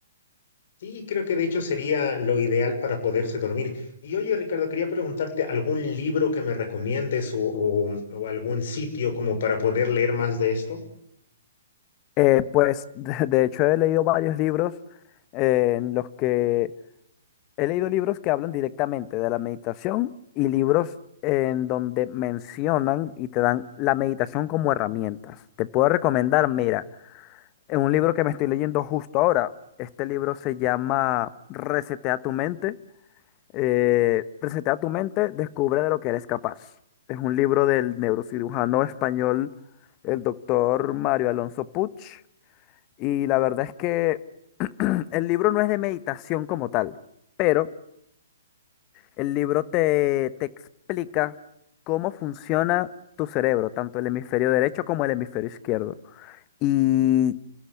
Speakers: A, on the left; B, on the left.
A: Sí, creo que de hecho sería lo ideal para poderse dormir. Y oye, Ricardo, quería preguntarte algún libro que me recomiendes o, o- o algún sitio como para poder leer más de esto.
B: Eh, pues <laughs> de de hecho he leído varios libros eh, en los que He leído libros que hablan directamente de la meditación y libros en donde mencionan y te dan la meditación como herramientas. Te puedo recomendar, mira, en un libro que me estoy leyendo justo ahora. Este libro se llama Resetea tu mente. Eh, Resetea tu mente, descubre de lo que eres capaz. Es un libro del neurocirujano español, el doctor Mario Alonso Puig. Y la verdad es que <clears throat> el libro no es de meditación como tal, pero El libro te, te explica cómo funciona tu cerebro, tanto el hemisferio derecho como el hemisferio izquierdo, y